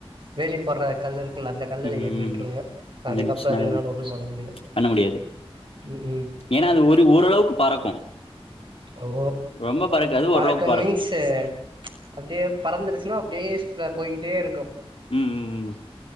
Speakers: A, on the right; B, on the left.
A: வேலி போடுற கல் இருக் குள்ள அந்த கல்லுல
B: ம் ம்,
A: ஏறி நின்றுங்க அதுக்கப்றோ
B: ம்,
A: அதுங்க்னால ஒன்னு பண்ண முடியாது
B: பண்ண முடியாது
A: ம் ம்
B: ஏன்னா அது ஒரு ஓரளவுக்கு பறக்கு
A: ஓ
B: ரொம்ப அது
A: பறக்கு
B: ஓரளவுக்கு
A: மீன்ஸு அப்டியே பறந்துருச்சினா அப்டியே <unintelligible> போயிட்டே இருக்கு
B: ம் ம் ம்